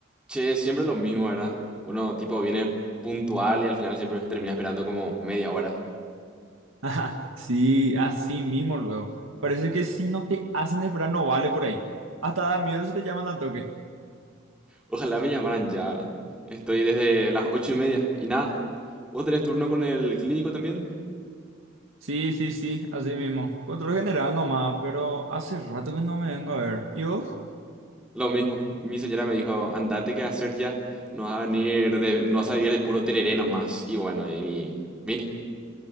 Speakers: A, in the centre; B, on the right.
A: Che, siempre lo mismo, ¿verdad? Uno tipo viene puntual y al final siempre termina esperando como media hora.
B: <laughs> Ajá, sí, así mismo luego. Parece que si no te hacen esperar no vale por ahí. Hasta da miedo si te llaman al toque.
A: Ojalá me llamaran ya. Estoy desde las ocho y media y nada. ¿Vos tenés turno con el clínico también?
B: Sí, sí, sí, así mismo. Control general nomás, pero hace rato que no me vengo a ver. ¿Y vos? <laughs>
A: Lo mismo. Mi señora me dijo, andate que hacer ya. No vas a venir de, no vas a vivir de puro tereré nomás. Y bueno, y mi- vine.